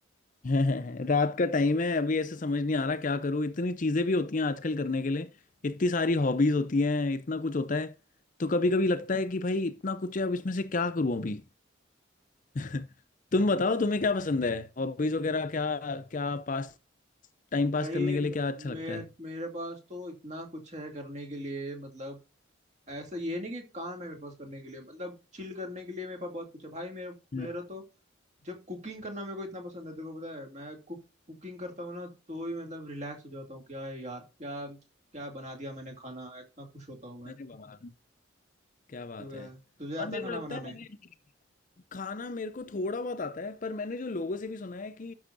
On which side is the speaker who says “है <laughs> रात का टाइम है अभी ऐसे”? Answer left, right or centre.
Left